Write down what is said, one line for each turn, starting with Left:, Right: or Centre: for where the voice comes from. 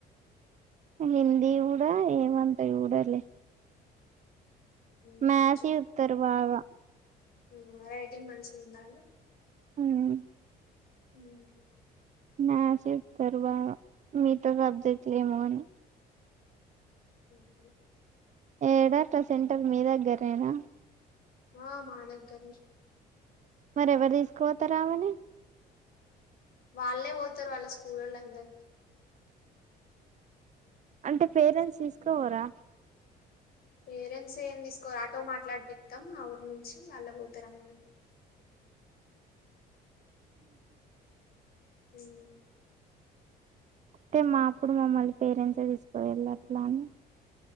Right: హిందీ ఊడ ఏమంత జూడార్లే
Left: ఉమ్,
Right: మ్యస్ వుత్తరు బాగా
Left: ఇమా రైటింగ్ మంచిగుండాలి
Right: ఉమ్
Left: హ్మ్
Right: మ్యసేత్తరు బాగా మీత సబ్జెక్ట్ల్ ఏమో గాని
Left: ఉహ్ ఉహ్ హు
Right: ఏడాట సెంటర్ మీ దగ్గరేనా?
Left: ఆ మాదగ్గర్నే
Right: మరెవర్ తీసుకపోతారమేని
Left: వాళ్ళే పోతారు వాళ్ళ స్కూల్లోళ్ళ అందర్
Right: అంటే పేరెంట్స్ తీసుకపోరా?
Left: పేరెంట్స్ ఏం తీసుకోఓర్ ఆటో మాట్లాడిపిత్తం. ఆ ఊరు నుంచి ఇగ అల్ల పోతారు. అంగరూ ఉమ్
Right: అంటే మా అప్పుడు మమ్మల్ని పేరెంట్సే తీసుకపోయ్ళ్ళ, అట్లా అని.